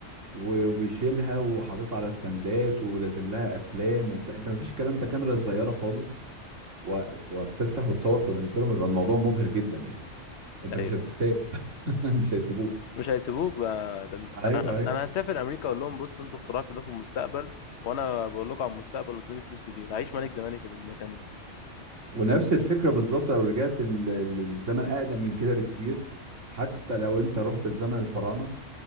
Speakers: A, on the right (about 85°); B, on the left (about 65°).
A: و- وبيشيلها وحاططها على ستاندات ولازم لها افلام وبتاع انت ما فيش الكلام ده كاميرا صغيرة خالص و- وهتفتح وتصور فبالنسبة لهم يبقى الموضوع مبهر جدا يعني انت مش
B: ايوه
A: هتتساب <laughs> مش هيسيبوك
B: مش هيسيبوك بقى ده انت-
A: ايوه
B: انا
A: ايوه
B: أنا هسافر امريكا اقول لهم بصوا انتوا اخترعتوا ده في المستقبل وانا بقول لكم على المستقبل وادوني فلوس كتير هعيش ملك زماني في المكان ده
A: ونفس الفكرة بالظبط لو رجعت ال- ال- الزمن اقدم من كده بكتير حتى لو انت رحت لزمن الفراعنة